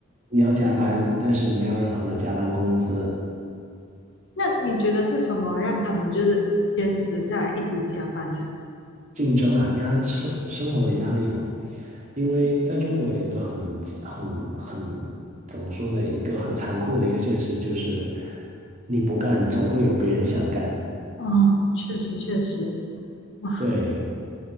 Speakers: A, on the right (about 35°); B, on the left (about 60°).
A: 你要加班，但是没有任何的加班工资，
B: 那你觉得是什么让他们就是坚持下来一直加班呀？
A: 竞争啊，压力生生活的压力咯。因为在中国有一个很很很怎么说呢，一个很残酷的一个现实就是，你不干，总会有别人想干。
B: 哦，确实确实，哇，
A: 对，